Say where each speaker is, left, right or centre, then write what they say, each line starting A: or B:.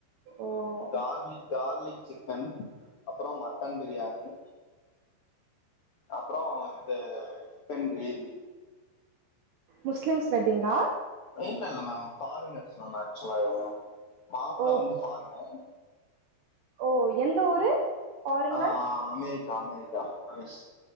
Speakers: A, on the right (about 75°); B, on the left (about 80°).
A: ஓ
B: கார்லிக் கார்லிக் சிக்கன் அப்றோ மட்டன் பிரியாணி அப்றோ இது சிக்கன் கிரேவி
A: முஸ்லிம்ஸ் வெட்டிங்கா
B: இல்லல்ல மேம் பாரினர்ஸ் மேம் ஆக்சுவலா இவங்க மாப்பிளா
A: ஓ
B: வந்து பாரினர்
A: ஓ எந்த ஊரு ஃபாரின்ல
B: ஆ America America U S